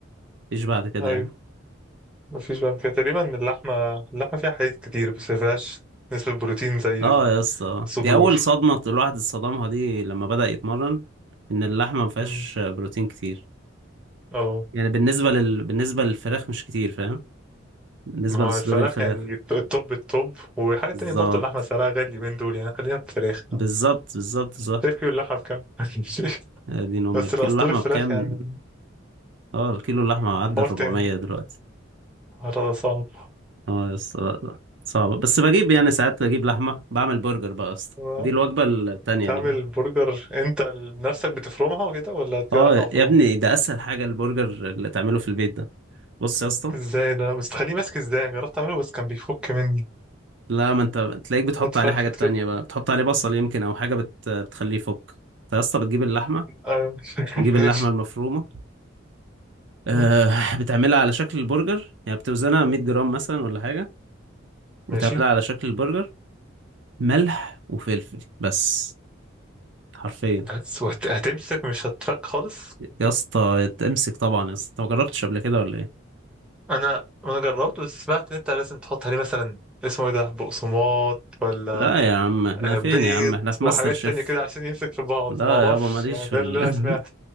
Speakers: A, on the right; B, in the centre.
A: مفيش بعد كده
B: ايوه
A: يعني
B: مفيش بعد كده تقريبا اللحمة اللحمة فيها حديد كتير بس مفيهاش نسبة بروتين زي
A: اه يا اسطى آه.
B: الصدور
A: دي اول صدمه الواحد اتصدمها دي لما بدأ يتمرن ان اللحمه ما فيهاش
B: مم.
A: بروتين كتير
B: اه
A: يعني بالنسبه لل... بالنسبه للفراخ مش كتير فاهم بالنسبه
B: ما هو
A: لصدور
B: الفراخ
A: الفراخ
B: يعني التوب التوب وحاجة
A: بالظبط
B: تانية برضو اللحمة سعرها غالي من دول يعني خلينا في الفراخ
A: بالظبط بالظبط صح
B: شايف واللحمة بكام <laughs>
A: آه، دي ام
B: بس
A: الكيلو
B: الأسطوري
A: لحمه
B: الفراخ
A: بكام
B: يعني
A: اه الكيلو اللحمه
B: ده
A: عدى
B: حوار
A: ال 400
B: تاني
A: دلوقتي
B: الحوار ده صعب
A: اه يا اسطى لا لا صعبة بس بجيب يعني ساعات بجيب لحمة بعمل برجر بقى يا اسطى
B: هو
A: دي الوجبة التانية
B: تعمل
A: دي بقى
B: برجر انت بنفسك بتفرمها وكده ولا تجيب
A: اه
B: لحمة مفرومة
A: يا ابني ده اسهل حاجة البرجر اللي تعمله في البيت ده بص يا اسطى
B: ازاي ده بس تخليه ماسك ازاي أنا جربت اعمله بس كان بيفك مني
A: لا ما انت تلاقيك بتحط
B: اتفرفت
A: عليه حاجات
B: كده
A: تانية بقى بتحط عليه بصل يمكن او حاجة بت... بتخليه يفك فيا اسطى بتجيب اللحمة
B: ايوه <laughs> ماشي
A: نجيب اللحمة
B: ماشي
A: المفرومة أه
B: مم.
A: بتعملها على شكل البرجر يعني بتوزنها 100 جرام مثلا ولا حاجة وتعملها
B: ماشي
A: على شكل البرجر ملح وفلفل بس حرفيا
B: بس وهت- هتمسك مش هتفك خالص
A: يا اسطى تمسك طبعا يا اسطى انت ما جربتش قبل كده ولا ايه
B: انا انا جربت بس سمعت ان انت لازم تحط عليه مثلا اسمه ايه ده بقسماط ولا
A: لا يا عم احنا
B: آه،
A: فين
B: بيض
A: يا عم احنا في
B: وحاجات
A: ماستر شيف
B: تانية كده عشان يمسك في بعض
A: لا
B: ما اعرفش
A: يابا ماليش
B: يعني
A: في
B: ده
A: ال...
B: اللي انا سمعته